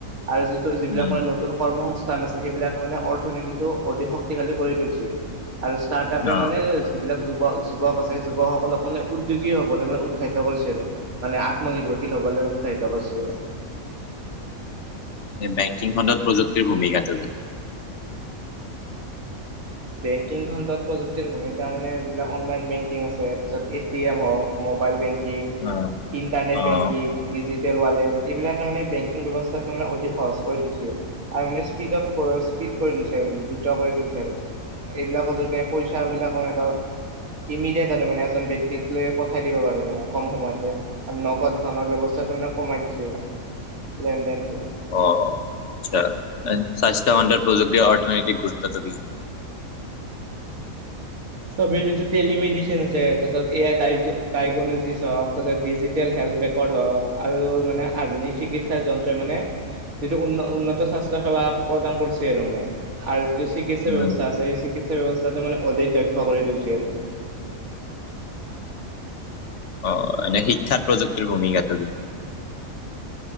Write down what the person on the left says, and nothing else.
উম,
অ',
এই বেংকিং খণ্ডত প্ৰযুক্তিৰ ভূমিকাটো <inaudible>
অ',
অ',
অ আচ্ছা স্বাস্থ্য খণ্ডত প্ৰযুক্তিৰ অৰ্থনৈতিক গুৰুত্বটো কি
উম,
অ এনে শিক্ষাত প্ৰযুক্তিৰ ভূমিকাটো কি